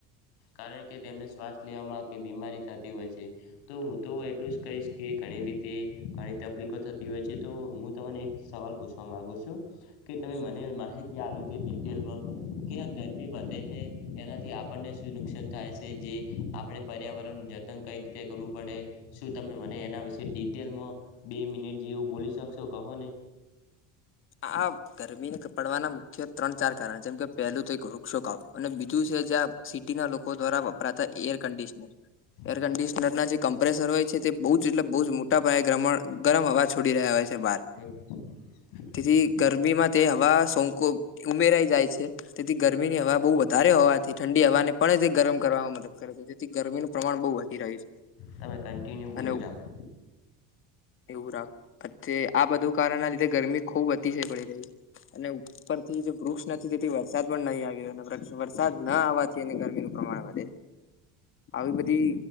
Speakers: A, on the left; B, on the left.
A: કારણ કે, તેમને શ્વાસ લેવામાં કે, બીમારી થતી હોય છે. તો હું તો એટલું જ કહીશ કે, ઘણી રીતે ઘણી તકલીફો થતી હોય છે, તો મુ તમને એક સવાલ પૂછવા માગુ છું કે, તમે
B: શું
A: મને માહિતી આ કે ડિટેલમાં કે, આ ગરમી વધે હે, એનાથી આપણને શું નુકસાન થાય છે જે આપણે પર્યાવરણ નું જતન કઈ રીતે કરવું પડે, શું તમે મને એના વિશે ડિટેલમાં બે મિનિટ જેવું બોલી શકશો, કહો ને?
B: આ. ગરમી ને પડવાના મુખ્ય ત્રણ-ચાર કારણ જેમ કે, પહેલું તો એક વૃક્ષો કાપવા, અને બીજું છે જ્યાં સિટી ના લોકો દ્વારા વપરાતા, એર કન્ડિશનર
A: <unintelligible>
B: એર કન્ડિશનરના જે કમ્પ્રેસર હોય છે, તે બહુ જ એટલે બહુ જ મોટા પાયે ગરમ હવા છોડી રહ્યા હોય છે બહાર.
A: હ.
B: તેથી ગરમીમાં તે હવા સોંક ઉમેરાઈ જાય છે, તેથી ગરમીની હવા બહુ વધારે હોવાથી ઠંડી હવાને પણ તે ગરમ કરવાવામાં મદદ કરે. જેથી ગરમીનું પ્રમાણ બહુ વધી રહ્યું છે.
A: તમે કન્ટિન્યુ બોલ્યું
B: અને
A: રાખો.
B: એવું રાખોઆ, બધું કારણ આ લીધે ગરમી ખૂબ અતિશય પડી રહ્યો છે, અને ઉપર થી જે વૃક્ષ નથી, તેથી વરસાદ પણ નહીં આવે. વરસાદ ના આવવાથી, ગરમીનું પ્રમાણ વધે. આવી બધી